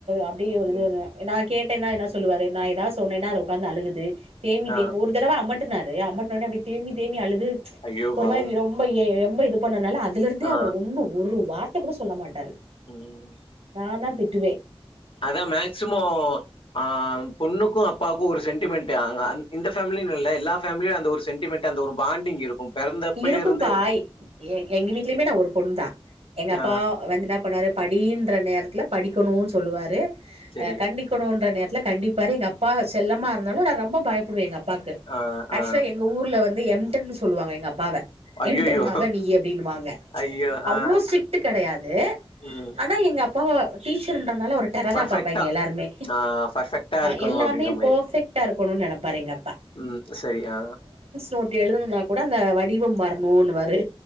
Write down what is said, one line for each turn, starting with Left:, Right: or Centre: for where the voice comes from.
Right: அப்டியே ஒரு
Left: ம்
Right: இதுனு நா கேட்டேனா என்ன சொல்லுவாரு நா ஏதாது சொன்னேனா அது உக்காந்து அழுகுது தேம்பி
Left: ஆ
Right: தேம் ஒரு தடவ அமட்டுனாரு அமட்ன ஒன்னே அப்டி தேம்பி தேம்பி அழுது
Left: ஐயோ
Right: ஒரு
Left: பாவோ
Right: மாறி ரொ ரொம்பயே ரொம்ப இது பண்ணுனால அதுல இருந்தே
Left: ஆ
Right: அவரு ஒன்னு ஒரு வார்த்த கூட சொல்ல மாட்டாரு
Left: ம்
Right: நான்தா திட்டுவே
Left: அதா மேக்சிமோ ஆ பொண்ணுக்கு அப்பாக்கு ஒரு சென்டிமெண்ட்டு அங் அங் இந்த ஃபேமிலின்னு இல்ல எல்லா ஃபேமிலில அந்த ஒரு சென்டிமெண்ட் அந்த ஒரு பாண்டிங் இருக்கு பெறந்தப்பயே
Right: இருக்கும்பா
Left: இருந்தே இருக்கு
Right: எ எங்க வீட்லிமே நா ஒரு பொண்தா எங்க அப்பா
Left: ஆ
Right: வந்து என்ன பண்ணுவாரு படின்ற நேரத்தில படிக்கனுனு சொல்லுவாரு
Left: செரி
Right: அ கண் டிக்கணுனுன்ற நேரத்தில கண்டிப்பாரு எங்க அப்பா செல்லமா இருந்தாலு நா ரொம்ப பயப்படுவ எங் அப்பாக்கு
Left: ஆ
Right: ஆக்சுலா
Left: ஆ
Right: எங் க ஊர்ல வந்து எம்டன்னு சொல்லுவாங்க எங்க அப்பாவ
Left: ஐயையோ
Right: எம்டன் மக நீயி அப்டின்னுவாங்க
Left: ஐயோ
Right: அவ்ளோ
Left: ஆ
Right: ஸ்சிட்டு கெடையாது
Left: ம்
Right: ஆனா எங்க அப்பா டீச்சர்ன்றனால ஒரு டெரரா
Left: பர்ஃபெக்ட்டா
Right: பாப்பாஙிக எல்லாருமே
Left: ஆ பர்ஃபெக்ட்டா
Right: ஆ
Left: இருக்கணு
Right: எல்லாமே
Left: அப்டின்ற மாரி
Right: பெர்ஃபெக்டா இருக்கணுனு நெனைப்பாரு எங்க அப்பா
Left: ம் செரி அ
Right: நோட்டு எழுதணுனா கூட அந்த வடிவம் வரணுன்னுவாரு